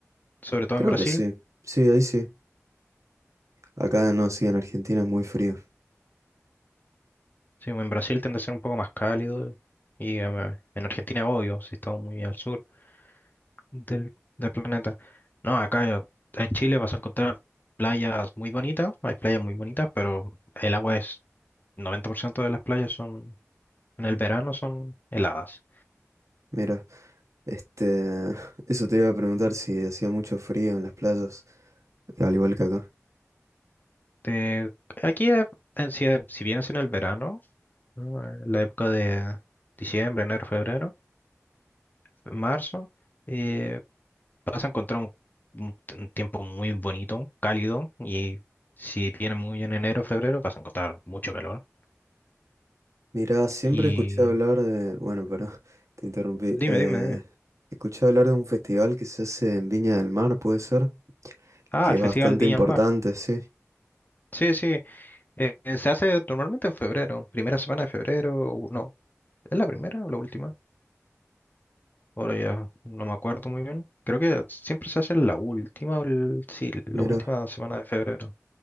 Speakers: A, on the left; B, on the right.
A: sobre todo
B: Creo
A: en Brasil.
B: que sí, sí, ahí sí. Acá no, sí, en Argentina es muy frío.
A: Sí, en Brasil tiende a ser un poco más cálido y em, eh, en Argentina, obvio, si estamos muy al sur del, del planeta. No, acá en Chile vas a encontrar playas muy bonitas, hay playas muy bonitas, pero el agua es, 90% de las playas son, en el verano son heladas.
B: Mira, este, <laughs> eso te iba a preguntar si hacía mucho frío en las playas, al igual que acá.
A: Este, aquí, eh, en, si, si bien es en el verano, ¿no? En La época de diciembre, enero, febrero, marzo, eh, vas a encontrar un, un t- un tiempo muy bonito, cálido, y si viene muy en enero, febrero, vas a encontrar mucho calor.
B: Mira, siempre
A: Y
B: escuché hablar de, bueno, pero <laughs> te interrumpí.
A: dime,
B: Eh,
A: dime, dime.
B: escuché hablar de un festival que se hace en Viña del Mar, puede ser,
A: Ah,
B: que
A: el
B: es
A: Festival
B: bastante
A: Viña
B: importante,
A: al Mar.
B: sí.
A: Sí, sí, eh, se hace normalmente en febrero, primera semana de febrero, o no, ¿es la primera o la última? Ahora ya no me acuerdo muy bien. Creo que siempre se hace en la última, o el- sí, la
B: Mira.
A: última semana de febrero.